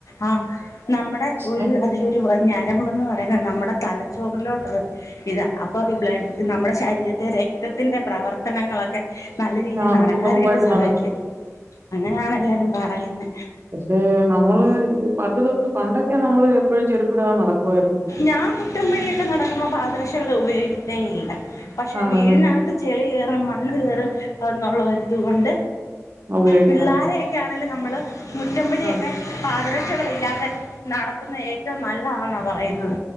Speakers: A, on the left (about 80°); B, on the right (about 45°).
A: ആഹ് നമ്മടെ
B: പക്ഷെ
A: ഒരു അതിലൊരു ഞരമ്പെന്ന് പറയുന്നത് നമ്മുടെ തലച്ചോറിലോട്ടു ഇതാ അപ്പൊ ഈ ബ്ലഡ് നമ്മുടെ ശരീരത്തെ രക്തത്തിന്റെ പ്രവർത്തനങ്ങളൊക്കെ നല്ല രീതിൽ
B: ആഹ്
A: നടക്കാനായിട്ട്
B: സുഗമമായിട്ട്
A: സഹായിക്കും
B: നടക്കും
A: അങ്ങനെയാണ് എല്ലാരും പറയുന്നെ
B: പക്ഷേ നമ്മള് ഈ പണ്ടു തൊട്ട് പണ്ടൊക്കെ നമ്മള് എപ്പഴും ചെരുപ്പിടാതെ നടക്കുവായിരുന്നു.
A: ഞാൻ മുറ്റം വഴിയൊക്കെ നടക്കുമ്പോ പാദരക്ഷകൾ ഉപയോഗിക്കത്തേ ഇല്ല പക്ഷെ
B: ആണല്ലേ
A: വീടിനകത്ത് ചെളി കേറും മണ്ണ് കേറും എന്നുള്ള ഒരിതു കൊണ്ട്
B: ഉപയോഗിക്കുന്ന
A: പിള്ളോരെയൊ ക്കെ ആണേലും നമ്മള് മുറ്റം വഴിയൊ
B: ആഹ്
A: ക്കെ പാദരക്ഷകളില്ലാതെ നടത്തുന്നാ ഏറ്റവും നല്ലതാന്നാ പറയുന്നത്.